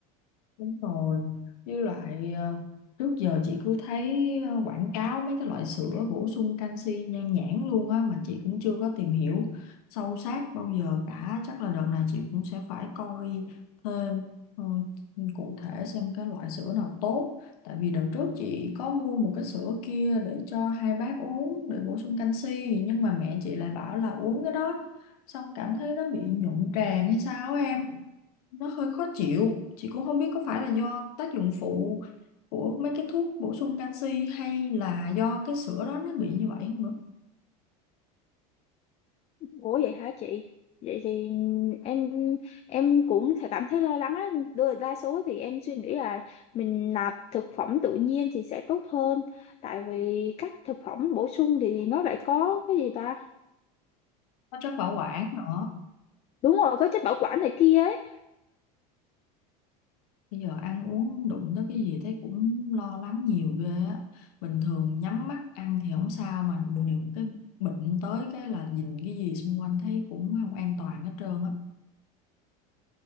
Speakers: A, on the left (about 80°); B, on the left (about 35°).
A: Đúng rồi, với lại ờ, trước giờ chị cứ thấy ờ, quảng cáo mấy cái loại sữa bổ sung canxi nhan nhản luôn á mà chị cũng chưa có tìm hiểu sâu sát bao giờ cả. Chắc là đợt này chị cũng sẽ phải coi thêm ừ, cụ thể xem cái loại sữa nào tốt. Tại vì đợt trước chị có mua một cái sữa kia để cho hai bác uống để bổ sung canxi nhưng mà mẹ chị lại bảo là uống cái đó xong cảm thấy nó bị nhuận tràng hay sao á em nó hơi khó chịu chị cũng không biết có phải là do tác dụng phụ của mấy cái thuốc bổ sung canxi hay là do cái sữa đó nó bị như vậy không nữa
B: Ủa vậy hả chị? Vậy thì em em cũng sẽ cảm thấy lo lắng á. Đa đa số thì em suy nghĩ là mình nạp thực phẩm tự nhiên thì sẽ tốt hơn. Tại vì các thực phẩm bổ sung thì nó lại có cái gì ta?
A: có chất bảo quản nữa
B: đúng rồi có chất bảo quản này kia ấy
A: bây giờ ăn uống đụng tới cái gì thấy cũng lo lắng nhiều ghê á bình thường nhắm mắt ăn thì không sao mà những cái bệnh tới cái là nhìn cái gì xung quanh thấy cũng không an toàn hết trơn á